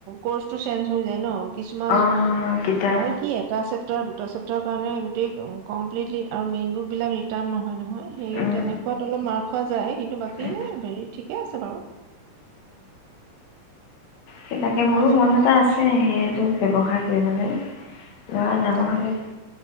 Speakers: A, on the right; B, on the left.
A: কৰ্চটো চেঞ্জ হৈ যায় ন কিছুমান
B: অঁ কিতাপ
A: আৰু কি এটা চেপটাৰ ছাত্ৰ ছাত্ৰৰ কাৰণে গোটেই কমপ্লিটলি আৰু মেইন বুক বিলাক ৰিটাৰ্ণ নহয় নহয় সেই
B: উম,
A: তেনেকুৱাত অলপ মাৰ যে কিন্তু বাকী
B: উম,
A: নাই হেৰি ঠিকে আছে বাৰু
B: সেই তাকে মোৰো
A: আৰু
B: মন এটা আছে যে সেইটো ব্যৱহাৰ কৰিবলৈ ল'ৰা ডাঙৰ
A: তাকে
B: হ'লে
A: তাকে